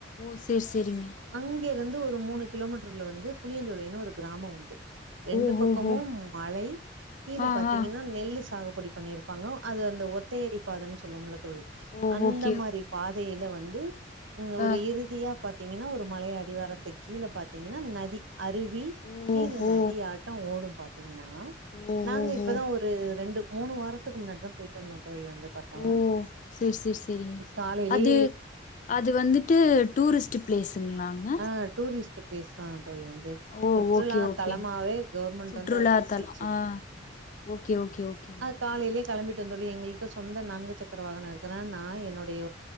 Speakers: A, on the left; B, on the right.
A: ஓ சேர் சேரிங்க
B: அங்கேருந்து ஒரு மூணு கிலோமீட்ருல வந்து புளியஞ்சோலைன்னு ஒரு கிராமோ வந்து ரெண்டு
A: ஓ
B: பக்கமும்
A: ஹோ ஹோ
B: மலை கீழ
A: ஆ
B: பாத்தீங்கன்னா
A: ஆ
B: நெல்லு சாகுபடி பண்ணிரு ப்பாங்க அது அந்த ஒத்தையடி பாதைன்னு சொல்லுவோம்ல தோழி
A: ஓ
B: அந்த
A: ஓகே
B: மாரி பாதையில வந்து ம் ஒரு
A: ஆ
B: இறுதியா பாத்திங்கன்னா ஒரு மலை அடிவாரத்து கீழ பாத்திங்கன்னா நதி அருவி
A: ஓ
B: கீழ
A: ஹோ
B: நதி ஆட்டோ ஓடு பாத் த்திங்கன்னா
A: ஓ
B: நாங்க
A: ஓ ஹோ
B: இப்பதா ஒரு ரெண்டு மூணு வாரத்துக்கு முன்னாடி தா பொயிட்டு வந்தோ தோழி வந்து பாத்தோ
A: ஓ சேரி சேரி சேரிங்க
B: காலையிலே
A: அது அது வந்துட்டு டூரிஸ்ட்டு ப்ளேஸுங்ளாங்க
B: ஆ டூரிஸ்ட் பிளேஸ் தா தோழி வந்து
A: ஓ
B: சுற்றுலா
A: ஓகே ஓகே
B: தலமாவே கவுர்மெண்ட்
A: சுற்றுலா
B: வந்து அறிவிச்சிருச்சு
A: தலம் ஆ ஓகே ஓகே ஓகே
B: காலையிலயே கிளம்பிட்டோ எங்கள்ட்ட சொந்த நான்கு சக்கர வாகனோ இருக்கதுனால நா என்னுடைய